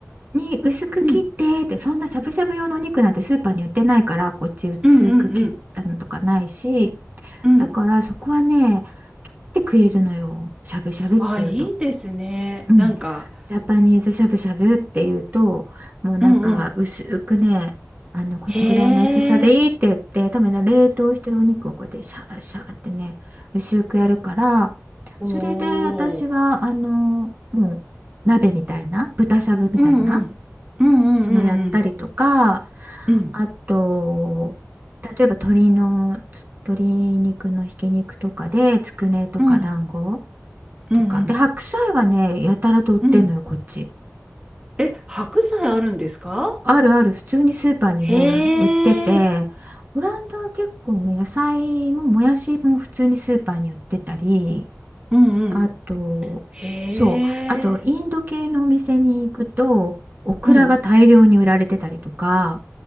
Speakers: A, on the right; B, on the right.
A: に薄く切って、
B: うん、
A: って、そんなしゃぶしゃぶ用のお肉なんてスーパーに売ってないから、こっち薄く切ったのとかないし、
B: うん、うん、うん。うん
A: だからそこはね、来てくれるのよ。しゃぶしゃぶっていうと。
B: あ、いいですね。
A: うん、
B: なんか、
A: ジャパニーズしゃぶしゃぶっていうともうなんか薄くねあのこのぐらいの薄さでいいって言って多分ね冷凍してるお肉をこうやってシャーシャーってね薄くやるから
B: うん、うん。へえ。お
A: それで私はあのもう鍋みたいな豚しゃぶみたいな
B: ー。うんうん。うんうんうんうん。
A: のやったりとか
B: うん
A: あと例えば鶏のつ鶏肉のひき肉とかでつくねとか団子
B: うんうんうん
A: とか。で、白菜はね、やたらと売ってんのよ、
B: うん。
A: こっち。
B: え、白菜あるんですか
A: あるある、普通にスーパーにね、
B: へ
A: 売ってて、
B: え。
A: オランダは結構ね、野菜ももやしも普通にスーパーに売ってたり、
B: うんうん。
A: あと、
B: へ
A: そう、あと、
B: え。
A: インド系のお店に行くと、オクラが大量に売られてたりとか、
B: うん。